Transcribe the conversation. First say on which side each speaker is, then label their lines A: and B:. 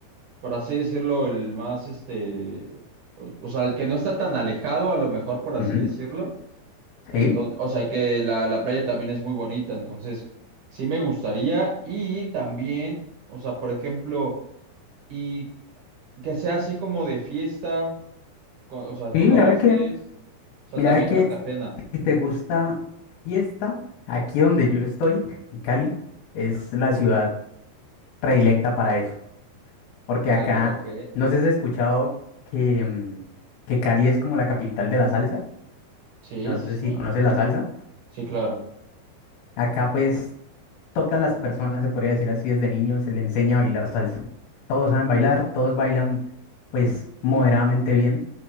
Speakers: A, on the right (about 55°); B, on the left (about 75°).
A: por así decirlo, el más, este, o, o sea, el que no está tan alejado, a lo mejor, por así
B: ujú,
A: decirlo. Entonces,
B: Sí.
A: o sea, que la, la playa también es muy bonita, entonces, sí me gustaría y también, o sea, por ejemplo, y que sea así como de fiesta, co- o sea,
B: Sí,
A: conoces,
B: mira, ve que,
A: o sea,
B: mira,
A: también
B: ve que
A: Cartagena.
B: si te gusta fiesta, aquí donde yo estoy, en Cali, es la ciudad predilecta para eso. Porque
A: En Cali,
B: acá,
A: ok.
B: no sé si has escuchado que, mm, que Cali es como la capital de la salsa.
A: Sí,
B: No
A: sí,
B: sé
A: sí.
B: si conoces la salsa.
A: Sí, claro.
B: Acá, pues, todas las personas, se podría decir así, desde niños se le enseña a bailar salsa. Todos saben bailar, todos bailan, pues, moderadamente bien.